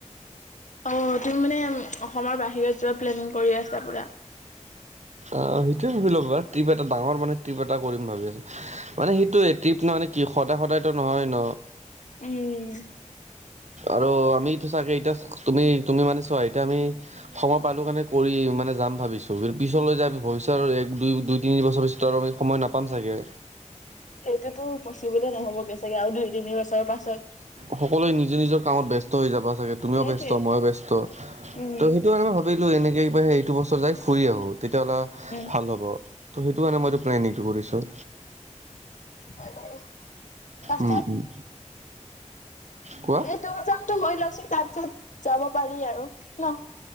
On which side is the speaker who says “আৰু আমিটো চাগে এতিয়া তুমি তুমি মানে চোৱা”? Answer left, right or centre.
Right